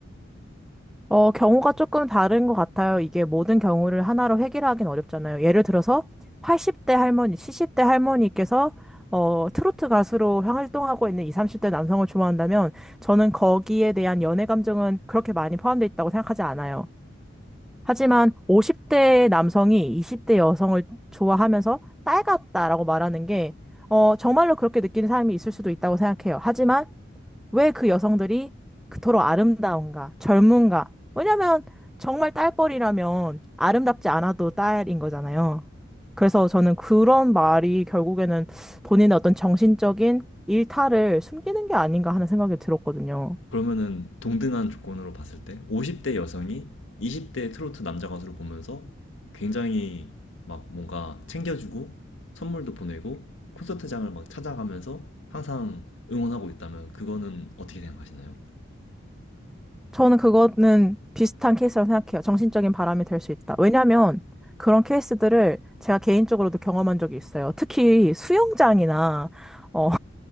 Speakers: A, in the centre; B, on the left.
A: 어, 경우가 조금 다른 것 같아요. 이게 모든 경우를 하나로 해결하긴 어렵잖아요. 예를 들어서 80대 할머니, 70대 할머니께서 어, 트로트 가수로 활동하고 있는 20, 30대 남성을 좋아한다면 저는 거기에 대한 연애 감정은 그렇게 많이 포함되어 있다고 생각하지 않아요. 하지만 50대 남성이 20대 여성을 좋아하면서 딸 같다라고 말하는 게 어, 정말로 그렇게 느끼는 사람이 있을 수도 있다고 생각해요. 하지만 왜 그 여성들이 그토록 아름다운가, 젊은가? 왜냐면 정말 딸뻘이라면 아름답지 않아도 딸인 거잖아요. 그래서 저는 그런 말이 결국에는 본인의 어떤 정신적인 일탈을 숨기는 게 아닌가 하는 생각이 들었거든요.
B: 그러면은 동등한 조건으로 봤을 때 50대 여성이 20대 트로트 남자 가수를 보면서 굉장히 막 뭔가 챙겨주고 선물도 보내고 콘서트장을 막 찾아가면서 항상 응원하고 있다면 그거는 어떻게 생각하시나요?
A: 저는 그거는 비슷한 케이스라고 생각해요. 정신적인 바람이 될 수 있다. 왜냐면 그런 케이스들을 제가 개인적으로도 경험한 적이 있어요. 특히 수영장이나, 어,